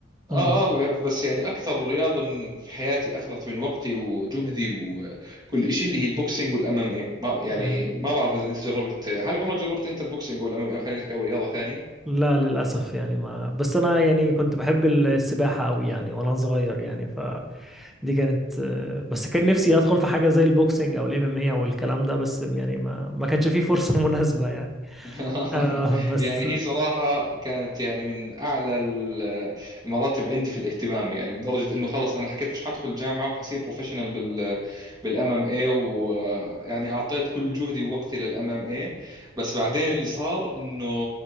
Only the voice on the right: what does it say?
اه
اه بس يعني اكثر رياضه من في حياتي اخذت من وقتي وجهدي وكل شيء اللي هي البوكسينج والام ام اي ما يعني
ما بعرف اذا انت جربت هل عمرك جربت انت البوكسينج والام ام اي خلينا نحكي او رياضه ثانيه
<laughs>
يعني هي صراحة كانت يعني من أعلى ال- المراتب عندي في الاهتمام يعني لدرجة إنه خلص أنا حكيت مش حدخل جامعة وحصير بروفيشنال بال بالام ام اي ويعني أعطيت كل جهدي ووقتي للام ام اي بس بعدين اللي صار إنه